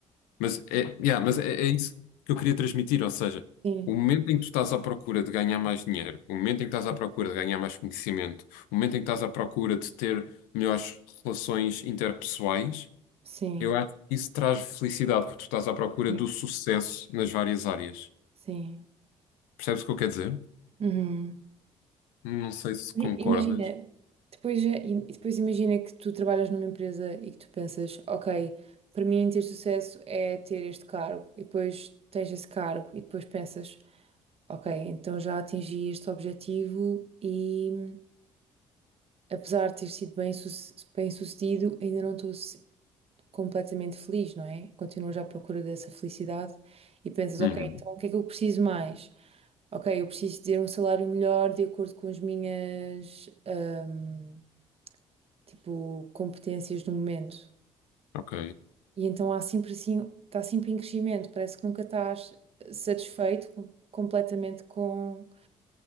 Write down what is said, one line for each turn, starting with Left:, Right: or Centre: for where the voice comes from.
Left: Mas é, yeah, mas é, é isso que eu queria transmitir, ou seja,
Right: sim,
Left: o momento em que tu estás à procura de ganhar mais dinheiro, o momento em que estás à procura de ganhar mais conhecimento, o momento em que estás à procura de ter melhores relações interpessoais,
Right: sim,
Left: eu acho que isso traz felicidade, porque tu estás à procura
Right: sim.
Left: do sucesso nas várias áreas.
Right: sim.
Left: Percebes o que eu quero dizer?
Right: Uhum.
Left: Não sei se
Right: I-
Left: concordas.
Right: Imagina, depois, é- e depois imagina que tu trabalhas numa empresa e que tu pensas, ok, para mim ter sucesso é ter este cargo, e depois tens esse cargo, e depois pensas, ok, então já atingi este objetivo e apesar de ter sido bem, suce- bem sucedido, ainda não estou se- completamente feliz, não é? Continuas à procura dessa felicidade e pensas,
Left: Uhum,
Right: ok, então o que é que eu preciso mais? Ok, eu preciso ter um salário melhor de acordo com as minhas. hum, tipo, competências do momento.
Left: ok.
Right: E então há sempre assim, está sempre em crescimento, parece que nunca estás satisfeito com- completamente com,